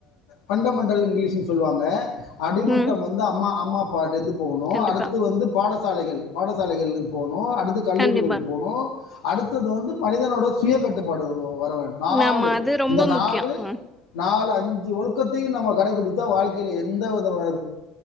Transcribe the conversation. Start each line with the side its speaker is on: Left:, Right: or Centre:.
Left: ஃபண்டமெண்டல் இங்கிலீஷுனு சொல்லுவாங்க அடிமட்டம்
Centre: ம்.
Left: வந்து அம்மா அம்மா அப் படுதுப் போகணும்
Centre: கண்டிப்பா,
Left: அடுத்து பாடசாலைகள் பாடசாலைகளிருந்து போக அடுத்து கல்லூரிகளுக்கு
Centre: கண்டிப்பா.
Left: போணும் அடுத்தது வந்து மனிதனோட சுய கட்டுப்பாடு வரவேன் நாலு
Centre: ஆமா. அது ரொம்ப
Left: அந்த நாலு
Centre: முக்கியம். அ.
Left: நாலு அ அஞ்சு ஒழுக்கத்தையும் நம்ம கடைபிடித்த வாழ்க்கையில் எந்த விதமான